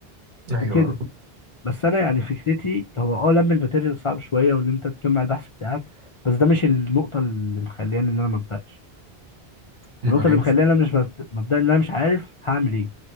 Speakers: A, on the right (about 50°); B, on the left (about 45°).
A: ايوه
B: وكده بس انا يعني فكرتي هو اه لم الماتيريال صعب شويه وان انت تجمع البحث بتاعك بس ده مش النقطه اللي مخلياني ان انا ما ابداش
A: امال
B: النقطه اللي
A: ايه
B: مخلياني انا مش مبدا مبدأ ان انا مش عارف هعمل ايه